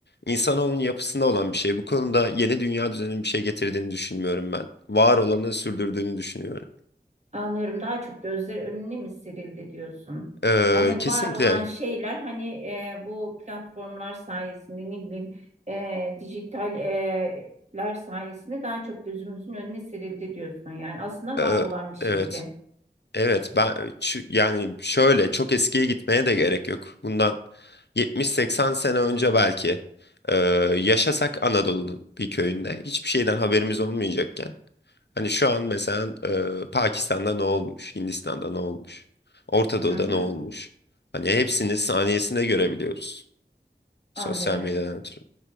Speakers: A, on the left; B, on the right.
A: insanoğlunun yapısında olan bir şey. Bu konuda yeni dünya düzeninin bir şey getirdiğini düşünmüyorum ben. Var olanı sürdürdüğünü düşünüyorum.
B: Anlıyorum daha çok gözler önüne mi serildi diyorsun?
A: Ee,
B: Hani
A: kesinlikle.
B: var olan şeyler hani e, bu platformlar sayesinde ne bileyim e, dijital e, sayesinde daha çok gözümüzün önüne serildi diyorsun. Yani aslında var
A: Ee,
B: olan bir şeydi.
A: evet. Evet ben çü- yani şöyle çok eskiye gitmeye de gerek yok. Bundan 70-80 sene önce belki e, yaşasak Anadolu'nun bir köyünde hiçbir şeyden haberimiz olmayacakken hani şu an mesela e, Pakistan'da ne olmuş, Hindistan'da ne olmuş, Orta
B: Hı
A: Doğu'da
B: hı,
A: ne olmuş? Hani hepsini saniyesinde görebiliyoruz
B: anlıyorum.
A: sosyal medyadan ötürü.